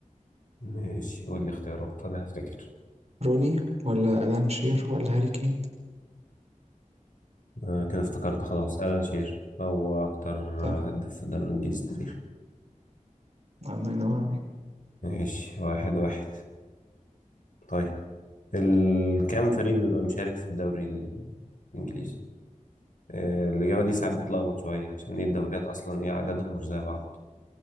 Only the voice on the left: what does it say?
ماشي قول لي اختيارات أنا هفتكر
آه كده افتكرت خلاص ألان شير هو أكتر
هداف في الدوري الإنجليزي التاريخي
ماشي واحد واحد طيب ال- كام فريق بيبقى مشارك في الدوري ال- الإنجليزي؟ آه الإجابة دي ساعات بتلخبط شوية عشان إيه الدوريات أصلا إيه عددهم مش زي بعض